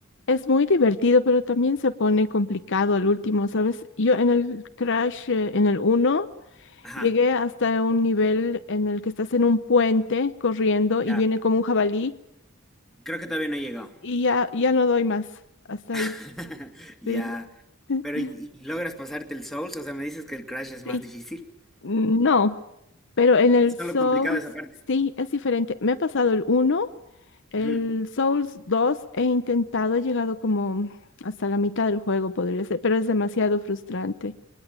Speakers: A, on the left; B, in the centre.
A: Es muy divertido, pero también se pone complicado al último, ¿sabes? Yo en el Crash, eh, en el uno
B: Ajá,
A: Llegué hasta un nivel en el que estás en un puente corriendo y
B: ya.
A: viene como un jabalí
B: Creo que todavía no he llegado.
A: y ya, ya no doy más. Hasta
B: <laughs>
A: ahí.
B: Ya.
A: Sí. <laughs>
B: Pero ¿y, y logras pasarte el Souls? O sea, me dices que el Crash es
A: Sí.
B: más difícil.
A: No. Pero en
B: Y
A: el
B: solo
A: Souls
B: complicado esa parte.
A: sí es diferente. Me he pasado el uno el
B: Ujú.
A: Souls 2 he intentado, he llegado como hasta la mitad del juego, podría ser, pero es demasiado frustrante.